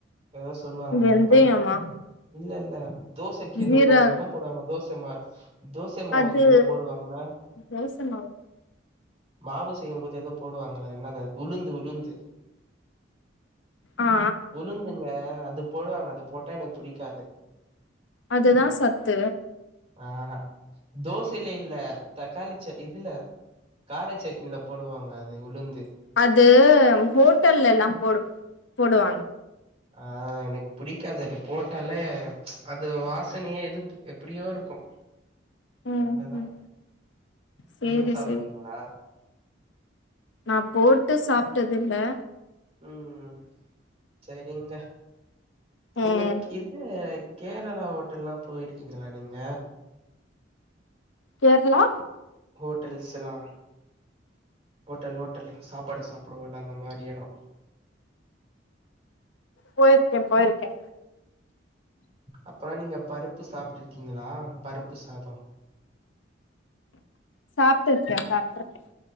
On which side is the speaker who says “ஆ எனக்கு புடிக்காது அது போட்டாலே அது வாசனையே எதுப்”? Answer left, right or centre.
Right